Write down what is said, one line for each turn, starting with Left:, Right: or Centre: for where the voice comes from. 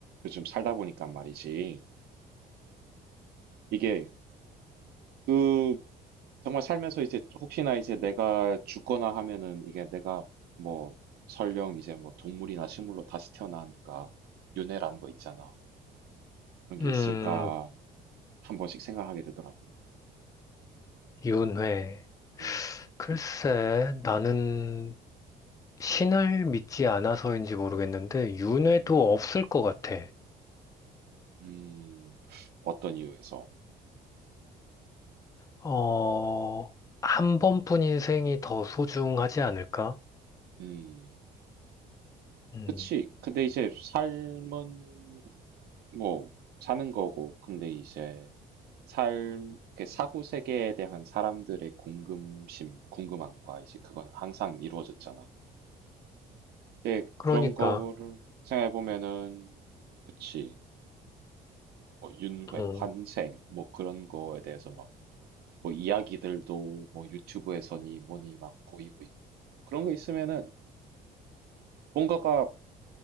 Right: 요즘 살다 보니까 말이지. 이게 그 정말 살면서 이제 혹시나 이제 내가 죽거나 하면은 이게 내가 뭐 설령 이제 뭐 동물이나 식물로 다시 태어나니까 윤회라는 거 있잖아. 그런 게
Left: 음,
Right: 있을까 한 번씩 생각하게 되더라고.
Left: 윤회.
Right: 음,
Left: 글쎄, 나는 신을 믿지 않아서인지 모르겠는데, 윤회도
Right: 음,
Left: 없을 것 같아.
Right: 음. 어떤 이유에서?
Left: 어, 한 번뿐 인생이 더 소중하지 않을까?
Right: 음.
Left: 음,
Right: 그치. 근데 이제 삶은 뭐 사는 거고 근데 이제 삶 그 사후 세계에 대한 사람들의 궁금심, 궁금함과 이제 그거는 항상 이루어졌잖아. 이제
Left: 그러니까,
Right: 그런 거를 생각해 보면은 그치 뭐 윤회,
Left: 음,
Right: 환생 뭐 그런 거에 대해서 막 뭐 이야기들도 뭐 유튜브에서니 뭐니 막 보이고 있고 그런 거 있으면은 뭔가가